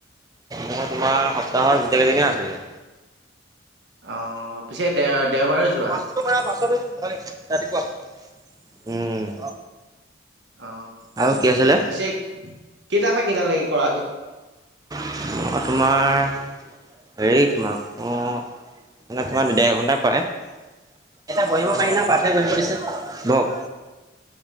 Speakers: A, on the right (about 20°); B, on the right (about 60°).
A: মোৰ তোমাৰ সপ্তাহৰ গোটেই কেইদিনে আছিলে।
B: অ পিছে দে দেওবাৰে যোৱা
A: পাছতো বাৰ পাছতো <unintelligible> অথনী ৰাতিপুৱা উম
B: অ
A: আৰু কি আছিলে
B: পিছে কেইটা পা কেইটালৈকে কৰাগে?
A: <unintelligible> তোমাৰ হেৰি তোমাক মানে <unintelligible> মানে তোমাৰ ডেৰ ঘণ্টা কৰাই। এতিয়া বহিব
B: অ',
A: পাৰি না পাঠে বহিব দিছে, বহক।